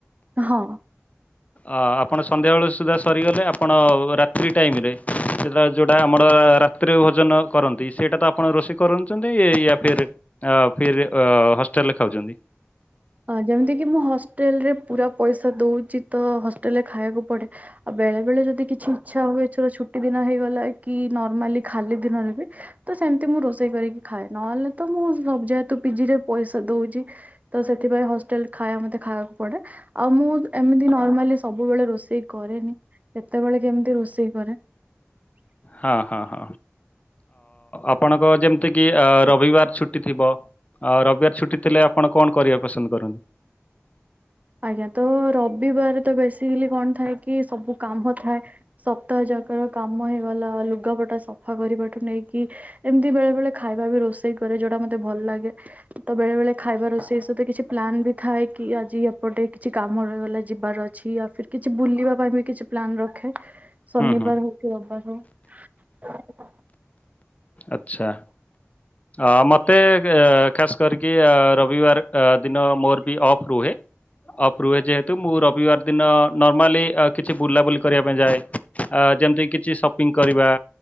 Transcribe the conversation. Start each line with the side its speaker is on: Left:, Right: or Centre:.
Right: ହଁ
Left: ଆପଣ ସନ୍ଧ୍ୟାବେଳ ସୁଦ୍ଧା ସରିଗଲେ ଆପଣ ରାତ୍ରି ଟାଇମ୍ ରେ ସେଟା ଯୋଉଟା ଆମର ରାତ୍ରିରେ ଭୋଜନ କରନ୍ତି ସେଇଟା ତ ଆପଣ ରୋଷେଇ କରୁଛନ୍ତି ୟା ଫିର୍ ଅ ଫିର ହଷ୍ଟେଲରେ ଖାଉଛନ୍ତି।
Right: ଯେମିତିକି ମୁଁ ହଷ୍ଟେଲରେ ପୁରା ପଇସା ଦଉଛି ତ ହଷ୍ଟେଲରେ ଖାଇବାକୁ ପଡ଼େ। ଆଉ ବେଳେ ବେଳେ ଯଦି କିଛି ଇଚଛା ହୁଏଥର ଛୁଟି ଦିନ ହେଇଗଲା କି ନର୍ମାଲି ଖାଲି ଦିନରେ ବି ତ ସେମିତି ମୁଁ ରୋଷେଇ କରିକି ଖାଏ ନହେଲେ ତ ମୁଁ ସବ ଯାଏେତୁ ପିଜି ରେ ପଇସା ଦଉଛି। ତ ସେଥିପାଇଁ ହଷ୍ଟେଲ ଖାଇବା ମତେ ଖାଇବାକୁ ପଡେ। ଆଉ ମୁଁ ଏମିତି ନର୍ମାଲି ସବୁବେଳେ ରୋଷେଇ କରେନି କେତେବେଳେ କେମିତି ରୋଷେଇ କରେ।
Left: ହଁ ହଁ ହଁ ଆପଣଙ୍କ ଯେମିତି କିି ରବିବାର ଛୁଟି ଥିବ। ଆଉ ରବିବାର ଛୁଟି ଥିଲେ ଆପଣ କଣ କରିବା ପସନ୍ଦ କରନ୍ତି।
Right: ଆଜ୍ଞା ତ ରବିବାର ତ ବେସିକାଲି କଣ ଥାଏ କି ସବୁ କାମ ଥାଏ। ସପ୍ତାହ ଯାକର କାମ ହେଇଗଲା ଲୁଗାପଟା ସଫା କରିବାଠୁ ନେଇକି ଏମିତି ବେଳେ ବେଳେ ଖାଇବା ବି ରୋଷେଇ କରେ ଯୋଉଟା ମତେ ଭଲ ଲାଗେ। ତ ବେଳେ ବେଳେ ଖାଇବା ରୋଷେଇ ସହିତ କିଛି ପ୍ଲାନ ବି ଥାଏ କି ଆଜି ପଟେ କିଛି କାମ ର ଗଲାଆ ଯିବାର ଅଛି ଆ କିଛି ବୁଲିବା ପାଇଁ ବି କିଛି ପ୍ଲାନ ରଖେ। ଶନିବାର
Left: ହୁଁ ହୁଁ
Right: ହଉ କି ରବିବାର ହଉ।
Left: ଆଚଛା ଆ ମତେ ଅ ଖାସ୍ କରିକି ରବିବାର ଦିନ ମୋର ବି ଅଫ୍ ରୁହେ ଅପ ଯେହେତୁ ମୁଁ ରବିବାର ଦିନ ନର୍ମାଲି କିଛି ବୁଲାବୁଲି କରିବା ପାଇଁ ଯାଏ ଯେମିତି କିଛି ସପିଙ୍ଗ କରିବା।